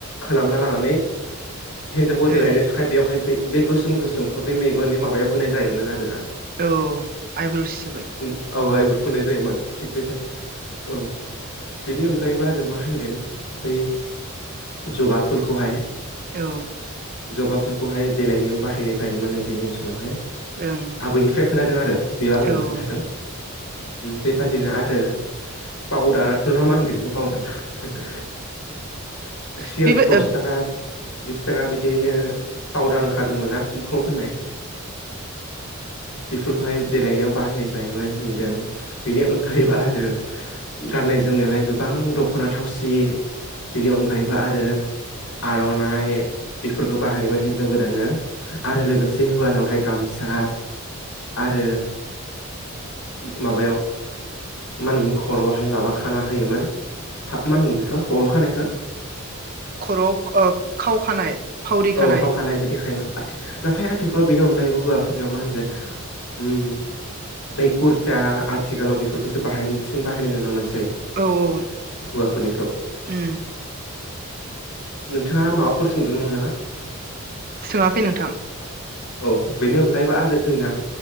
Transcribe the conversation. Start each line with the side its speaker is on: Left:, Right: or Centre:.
Left: खालामना लानानै हिनजावखौ देलायनो
Right: ओं
Left: थाखाय बेवहाय बे गोसोम गोसोमखौ बे मेगननि माबायाव होनाय जायोमोन आरो ना
Right: औ आइब्रस हिसाबै
Left: औ आइब्रु फोननाय जायोमोन थिग बेबायादि औ बेनि अनगायैबो आरो मा होनगोन बै जबा फुलखौहाय
Right: औ।
Left: जबा फुलखौहाय देलायनायाव बाहायनाय जायोमोनो जोंनि ओनसोलावहाय।
Right: ओं
Left: आबैनिफ्राय खोनादों आरो बेयाव आंनो
Right: औ
Left: खोन्थादों।
Right: <inaudible>
Left: बेबादिनो आरो पावदार ना मा होनगोन नों बावदार
Right: <inaudible>
Left: सिगांथ'
Right: बेबो
Left: दस
Right: ओ
Left: थाखा बिस थाखा बिदिनो पाउदार ओंखारदोंमोना मोखांआव फोननाय। बेफोरखौहाय देलायनायाव बाहायनायसै <unintelligible> होनदों बेनि अनगायैबो आरो गननाय जोमनायाव हाय गोबां दखना थाव सि बेनि अनगायैबो आरो आरनाइ बेफोरखौ बाहायोमोन हिनजाव गोदाननो आरो लोगोसे हौवानावहाय गामसा आरो माबायाव मा होनोमोन खरआवहाय माबा खाना होयोमोन मा होनगोन बेखौ खर खानायखौ
Right: खर'आव ओ खाव खानाय फावरि
Left: औ
Right: खानाय
Left: खावखानायबो देखायोमोन आथि नाथाय आथिखालाव बेनि अनगायैबो हौवाफोरनियाव मा होनगोन उम बै कुरता आथिखालाव बेफोरखौसो बासिंन बाहायनाय नुनो मोनसै
Right: औ औ।
Left: हौवाफोरनिखौ
Right: उम
Left: नोंथांङा माबाफोर सोंदोंमोन नामा?
Right: सोंङाखै नोंथां।
Left: औ बेनि अनगायैबो आरो जोंनिया